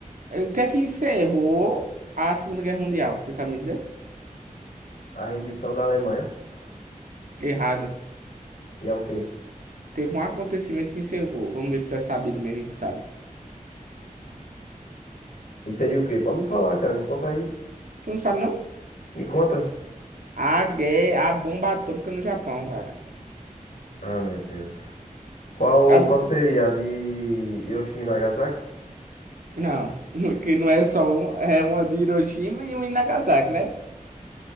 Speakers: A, on the right; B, on the left.
A: eh, o que é que encerrou a Segunda Guerra Mundial? Você sabe me dizer?
B: <laughs> a rendição da Alemanha.
A: Errado.
B: E é o quê?
A: Teve um acontecimento que encerrou. Vamos ver se tu é sabido mesmo, e tu sabe.
B: E seria o quê? Pode me falar, cara, me conta aí.
A: Tu não sabe, não?
B: Me conta.
A: A guerra, a bomba atômica no Japão, cara.
B: Ah, meu Deus. Qual,
A: A-
B: qual seria a de Hiroshima e Nagasaki?
A: Não, <laughs> que não é só um, é uma de Hiroshima e uma em Nagasaki, né?